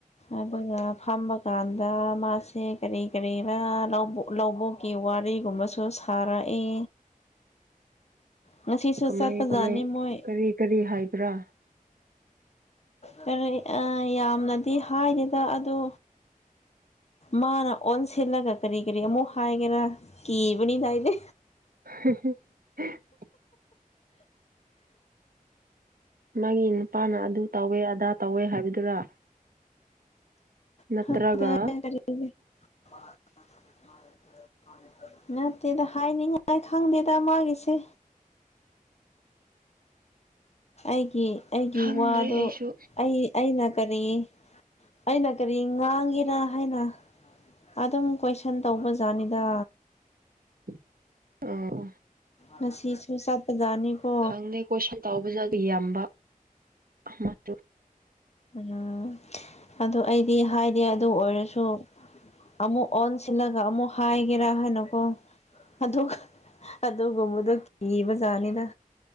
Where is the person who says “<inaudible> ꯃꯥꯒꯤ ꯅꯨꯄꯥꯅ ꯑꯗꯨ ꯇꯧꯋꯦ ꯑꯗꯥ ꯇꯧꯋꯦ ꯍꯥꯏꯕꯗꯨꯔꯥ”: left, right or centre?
Right